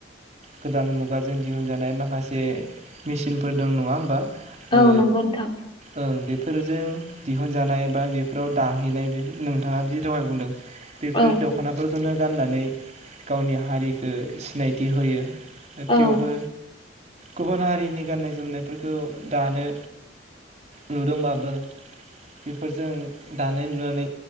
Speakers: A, on the right; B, on the left.
A: गोदान मुगायाव खुग जों दिहुनजानाय माखासे मेचनफोर दं नङा होमबा?
B: औ
A: ओ
B: नंगौ नोंथां
A: ओं बेफोरजों दिहुनजानाय बा बेफोराव दाहैनाय बे नोंथाङा दि दहाय बुंदों बेफोर
B: औ
A: दख'नाफोरखौनो गाननानै गावनि हारिखौो सिनायथि होयो।
B: औ
A: थेवबो गुबुन हारिनि गाननाय जोमनायफोरखौ दानो नुदोंबाबो बेफोरजों दानाय लुनानै